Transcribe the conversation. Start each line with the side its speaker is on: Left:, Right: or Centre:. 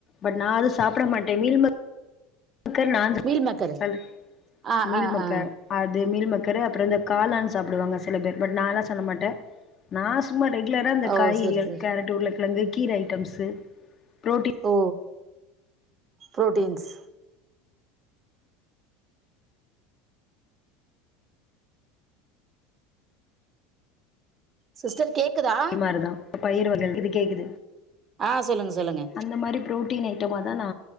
Left: பட் நா அது சாப்பிட மாட்டே மீல்மேக் மக்கர் நா சாப்பிட
Right: மீல் மேக்கரு
Left: <inaudible>
Right: ஆ
Left: மீல்
Right: ஆ
Left: மக்கர்
Right: ஆ
Left: அது மீல் மேக்கரு அப்புற இந்த காளான் சாப்பிடுவாங்க சில பேர் பட் நாலா சாப்ட மாட்டே நா சும்மா ரெகுலரா இந்த
Right: ஓ
Left: காய்கறிகள்
Right: சரி சரி
Left: கேரட் உருளக்கிழங்கு கீர ஐட்டம்ஸு புரோட்டின்
Right: ஓ ப்ரோட்டீன்ஸ் சிஸ்டர் கேக்குதா
Left: மாரி தா பயிர் வகை இது கேக்குது
Right: ஆ சொல்லுங்க சொல்லுங்க
Left: அந்த மாரி ப்ரோட் டீன் ஐட்டமா தா நா